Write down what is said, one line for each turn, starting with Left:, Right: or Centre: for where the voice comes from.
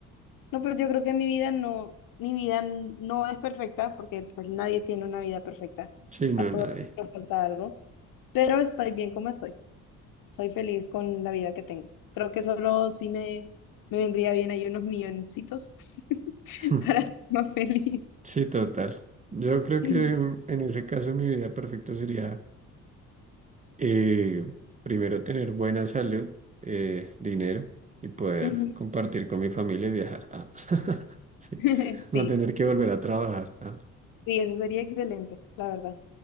Left: No, pues yo creo que mi vida no, mi vida no es perfecta, porque pues nadie tiene una vida perfecta.
Right: Sí, no,
Left: A todos
Right: nadie.
Left: nos falta algo, pero estoy bien como estoy. Soy feliz con la vida que tengo. Creo que solo sí me, me vendría bien ahí unos milloncitos <laughs>
Right: <laughs> Mm.
Left: para ser más feliz.
Right: Sí, total. Yo creo que
Left: Ujú.
Right: mm, en ese caso mi vida perfecta sería eh, primero tener buena salud, eh, dinero y poder
Left: Ujú.
Right: compartir con mi familia y viajar. Ah, <laughs> sí,
Left: <laughs> Sí,
Right: no tener que volver a trabajar. Ah,
Left: sí, eso sería excelente, la verdad.